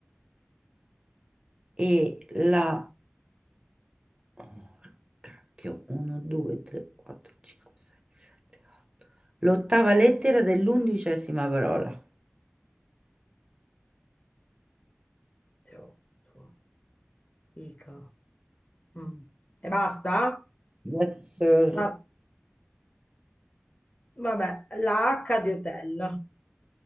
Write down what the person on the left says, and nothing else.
Teotto. Ica. Mm. E basta?
Ma, vabbè, la H di hotel.